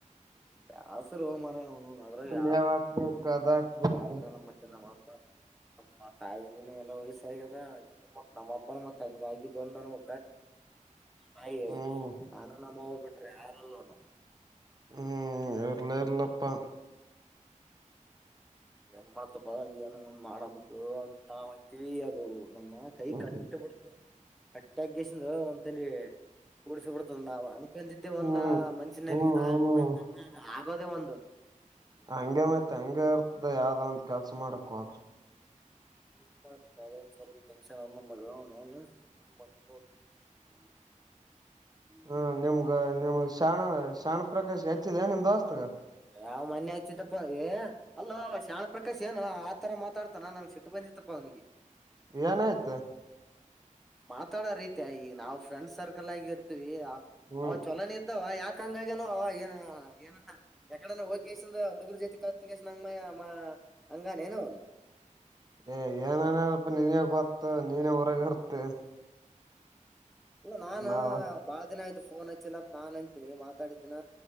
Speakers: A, in the centre; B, on the right.
A: ಬ್ಯಾಸ್ರೋ ಮಾರಾಯ ಅವನು ಅದ್ರ ಯಾವ
B: ಮೇವ್ ಹಾಕ್ಬೇಕ ಅದ ಹಾಕ್ಬೇಕು
A: ಆದ್ರ ಗ ನಮ್ಮ ಮತ್ತೆ ನಮ್ಮ
B: <inaudible>
A: ನಮ್ಮ ತಾಯಿಗೆ ಎಲ್ಲ ವಯಸ್ಸ ಆಗ್ಯದ ನಮ್ಮಪ್ಪನ ಮತ್ತ ಹಂಗ ಆಗಿದ್ದೊಂದನ್ ನೀ ತಾಯಿ
B: ಹ್ಮ್
A: ನಾನು ನಮ್ಮವ ಬಿಟ್ರೆ ಯಾರಲ್ವಾ ನೋಡು
B: ಹ್ಮ್ ಇರಲಿ ಇರಲಿ ಇಲ್ಲಪ್ಪಾ
A: ಏನ್ ಮಾಡ್ತಪ್ಪನ ಮಾಡಮಕ್ ಅಂತಾವಂತಿ ಅದು ನಮ್ಮ ಕೈ
B: ಹ್ಮ್
A: ಕಟ್ಟ ಬಿಡ್ತವ ಕಟ್ಟಗಸಿಂದ ಒಂತಲಿ ಡ್ಸ ಬಿಡ್ತದ ನಾವು ಅನ್ಕಂದಿದ್ದೆ ಒಂದ
B: ಹ್ಮ್
A: ಮನ್ಷ್ಯಿನಲ್ಲಿ
B: ಹ್ಮ್
A: ಇದ
B: ಹ್ಮ್
A: ಆಗ್ಬೇಕಕ್
B: ಹ್ಮ್
A: ಅಂತಂದ್ರೆ ಆಗೋದೇ ಒಂದು
B: ಹಂಗೆ ಮತ್ತೆ ಹಂಗಗೆ ಇರ್ತ ಯಾವ್ದೋ ಒಂದ್ ಕೆಲ್ಸ ಮಾಡಕ್ ಹೋದ್ರ
A: ಏನ್ ಮಾಡ್ತ ಅದೊಂದ ಸ್ವಲ್ಪ ಟೆನ್ನ್ ಅ ಮಗ ಅವ ನಾವುನ ಮತ್ತ್ ನೋಡ
B: <inaudible> ಹಾ ನಿಮ್ಗ ನಿಮ್ ಶಾಣ ಶಾಣ ಪ್ರಕಾಶ್ ಹೆಚ್ಚಿದ ನಿಮ್ ದೋಸ್ತಗ
A: ಯಾವ್ ಮನೆೆ ಹಚ್ಚಿದ್ದಪ್ಪ ಏ ಅಲ್ಲೋ ಶಾಣ ಪ್ರಕಾಶ್ ಏನು ಆತರ ಮಾತಾಡ್ತಾನ ನಂಗ ಸಿಟ್ಟು ಬಂದತ್ತಪ್ಪ ನಿಗೆ
B: ಏನಾಯ್ತು
A: ಮಾತಾಡೋ ರೀತ ಈಗ ನಾವ್ ಫ್ರೆಂಡ್ ಸರ್ಕಲ್ ಆಗಿ ಇರ್ತೀವಿ
B: ಹ್ಮ್
A: ಅವ ಚಲೋನ ಇದ್ದಾವ ಯಾಕ ಯಕ್ಕಂಗಗನೋ ಅವ ಏನ ಏನಂತ ಎಕಡ ಹೋಗಸನ್ ಹುಡುಗರು ಜೊತೆ ಕತ ಕೆಸ ಅಂಗಮ್ಮಯ ಮಾ ಹಂಗಾನೇನ ಅವನು <unintelligible>
B: ಏ ಏನಾನನಪ ನೀನೇ ಗೊತ್ತು ನೀನೇ ಹೊರಗೆ ಇರ್ತಿ
A: ಇಲ್ಲ ನಾನ
B: ನಾವ
A: ಬಾಳ ದಿನ ಆಯ್ತ ಫೋನ್ ಹಚ್ಚಿಲ್ಲ ಅಂತ ನಾನ್ ಅಂತೀನಿ ಮಾತಾಡಿದೀನ